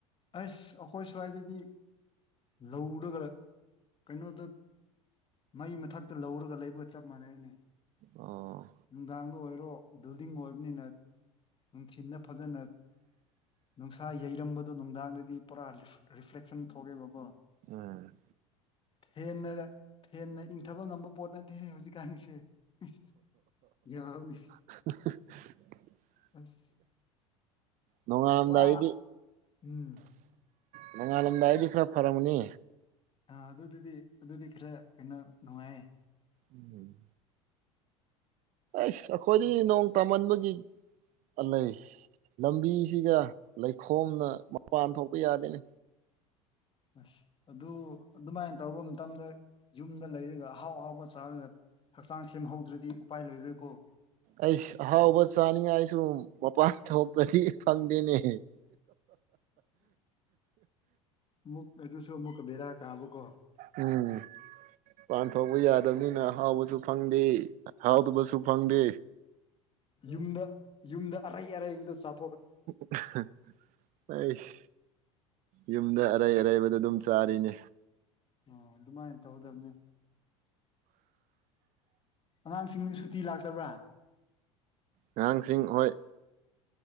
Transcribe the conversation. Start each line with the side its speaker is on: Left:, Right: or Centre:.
Left: ꯑꯁ ꯑꯩꯈꯣꯏ ꯁ꯭ꯋꯥꯏꯗꯗꯤ ꯂꯧꯔꯒ ꯀꯩꯅꯣꯗ ꯃꯩ ꯃꯊꯛꯇ ꯂꯧꯔꯒ ꯂꯩꯕꯒ ꯆꯞ ꯃꯥꯟꯅꯩꯅꯦ
Right: ꯑꯣ
Left: ꯅꯨꯡꯗꯥꯛ ꯑꯣꯏꯔꯣ ꯕꯤꯜꯗꯤꯡ ꯑꯣꯏꯕꯅꯤꯅ ꯅꯨꯡꯊꯤꯜꯗ ꯐꯖꯅ ꯅꯨꯡꯁꯥ ꯌꯩꯔꯝꯕꯗꯣ ꯅꯨꯡꯗꯥꯡꯗꯗꯤ ꯄꯨꯔꯥ ꯔꯤ ꯔꯤꯐ꯭ꯂꯦꯛꯁꯟ ꯊꯣꯛꯑꯦꯕꯀꯣ
Right: ꯎꯝ
Left: ꯍꯦꯟꯅ ꯍꯦꯟꯅ ꯏꯪꯊꯕ ꯉꯝꯕ ꯄꯣꯠ ꯅꯠꯇꯦꯍꯦ ꯍꯧꯖꯤꯛꯀꯥꯟꯁꯦ ꯑꯁ ꯌꯥꯎꯑꯦꯅꯦ
Right: <unintelligible>
Left: ꯑꯁ
Right: ꯅꯣꯡꯉꯟꯂꯝꯗꯏꯗꯤ
Left: ꯄꯨꯔꯥ ꯎꯝ
Right: ꯄꯣꯉꯥꯟꯂꯝꯗꯥꯏꯗꯤ ꯈꯔ ꯐꯔꯝꯒꯅꯤ
Left: ꯑꯥ ꯑꯗꯨꯗꯤ ꯑꯗꯨꯗꯤ ꯈꯔ ꯀꯩꯅꯣ ꯅꯨꯡꯉꯥꯏꯌꯦ
Right: ꯎꯝ ꯑꯁ ꯑꯩꯈꯣꯏꯗꯤ ꯅꯣꯡ ꯇꯥꯃꯟꯕꯒꯤ ꯄꯜꯂꯩ ꯂꯝꯕꯤꯁꯤꯒ ꯂꯩꯈꯣꯝꯅ ꯃꯄꯥꯟ ꯊꯣꯛꯄ ꯌꯥꯗꯦꯅꯤ
Left: ꯑꯁ ꯑꯗꯨ ꯑꯗꯨꯃꯥꯏꯅ ꯇꯧꯕ ꯃꯇꯝꯗ ꯌꯨꯝꯗ ꯂꯩꯔꯒ ꯑꯍꯥꯎ ꯑꯍꯥꯎꯕ ꯆꯥꯔꯒ ꯍꯛꯆꯥꯡ ꯁꯦꯝꯍꯧꯗ꯭ꯔꯗꯤ ꯎꯄꯥꯏ ꯂꯩꯔꯣꯏꯀꯣ
Right: ꯑꯩꯁ ꯑꯍꯥꯎꯕ ꯆꯥꯅꯤꯡꯉꯥꯏꯁꯨ ꯃꯄꯥꯟ ꯊꯣꯛꯇ꯭ꯔꯗꯤ ꯐꯪꯗꯦꯅꯦ
Left: ꯃꯨꯛ ꯑꯗꯨꯁꯨ ꯑꯃꯨꯛꯀ ꯕꯦꯔꯥ ꯀ ꯕ ꯀꯣ
Right: ꯎꯝ ꯃꯂꯥꯟ ꯊꯣꯛꯄ ꯌꯥꯗꯕꯅꯤꯅ ꯍꯥꯎꯕꯁꯨ ꯐꯪꯗꯦ ꯍꯥꯎꯗꯕꯁꯨ ꯐꯪꯗꯦ
Left: ꯌꯨꯝꯗ ꯌꯨꯝꯗ ꯑꯔꯩ ꯑꯔꯩꯕꯗꯣ ꯆꯧ
Right: ꯎ ꯑꯩꯁ ꯌꯨꯝꯗ ꯑꯔꯩ ꯑꯔꯩꯕꯗ ꯑꯗꯨꯝ ꯆꯥꯔꯤꯅꯦ
Left: ꯑꯣ ꯑꯗꯨꯃꯥꯏꯅ ꯇꯧꯗꯕꯅꯦ ꯑꯉꯥꯡꯁꯤꯡꯗꯤ ꯁꯨꯇꯤ ꯂꯥꯛꯇꯕ꯭ꯔꯥ
Right: ꯑꯉꯥꯡꯁꯤꯡ ꯍꯣꯏ